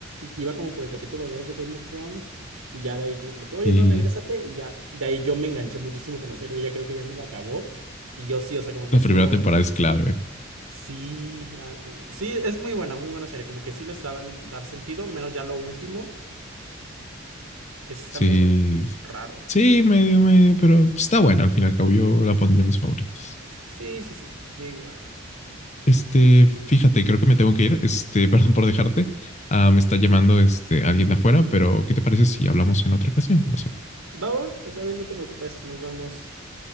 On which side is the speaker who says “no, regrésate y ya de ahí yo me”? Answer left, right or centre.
Right